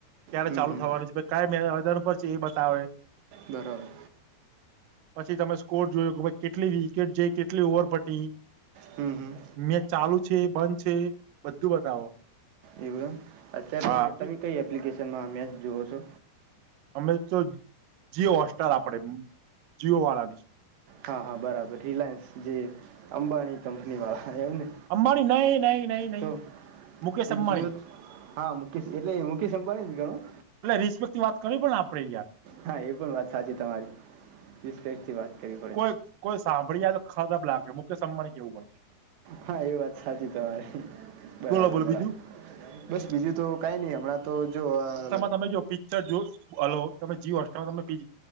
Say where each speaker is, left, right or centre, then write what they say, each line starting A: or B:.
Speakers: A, on the right; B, on the right.
A: ક્યારે
B: હમ
A: ચાલુ
B: હમ
A: થવાની છે. કઈ મેદાન પર છે એ બતાવે
B: બરાબર
A: પછી તમે સ્કોર જોયો હોય કેટલી વિકેટ જેઈ કેટલી ઓવર પડી
B: હમ્મ હમ્મ
A: મેચ ચાલુ છે બંધ છે બધું બતાવો
B: એવું એમ અત્યારે
A: હા
B: તમ કઈ એ એપ્લિકેશન માં મેચ જોઓ છો
A: અમે તો જીઓ હોસ્ટાર આપડે જીઓ વાળાની
B: હા હા બરાબર રિલાયન્સ જે અંબાણી કંપની વાળ એમ ને
A: અંબાણી નહી નહી નહી નહી
B: તો
A: મુકેશ
B: જે
A: અંબાણી
B: જીઓ હા મુકેશ એટલે એ મુકેશ અંબાળી ઘણું
A: એટલે રિસ્પેક્ટ ની વાત કરવી પણ આપડે યાર
B: હા એ પણ વાત સાચી તમારી <inaudible> વાત કર
A: કોયેક કોય સાંભળી જાય તો ખરાબ લાગ્યો મુકેશ અંબાણી કેવું પડે
B: હા એ વાત સાચી તમારે બરાબર
A: બોલો બોલો
B: બરા
A: બીજું
B: બસ બીજું તો કઈની હમણાં તો જો અ-અ-અ
A: તમે જ્યો પિચ્ચર જો હાલો તમે જીઓ હોસ્ટારમે પિ